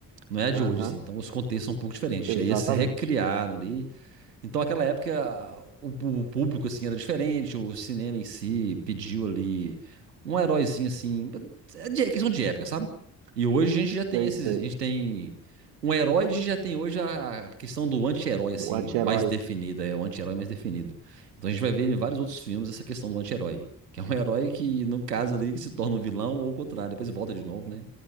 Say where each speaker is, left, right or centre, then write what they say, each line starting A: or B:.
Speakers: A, on the right; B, on the right.
A: Não é a de
B: Aham,
A: hoje, assim. Então os contextos são um pouco diferentes.
B: exatamente.
A: E aí eles recriaram ali. Então, naquela época, o, o público, assim, era diferente, o cinema em si pediu ali um heróizinho, assim, é de- é questão de época, sabe? E hoje a gente já tem
B: Sei,
A: esses,
B: sei.
A: a gente tem um herói, a gente já tem hoje a questão do anti-herói, assim,
B: O anti-herói.
A: mais definida, é o anti-herói mais definido. Então a gente vai ver em vários outros filmes essa questão do anti-herói, que é um herói que, no caso ali, que se torna um vilão ou o contrário, depois volta de novo, né?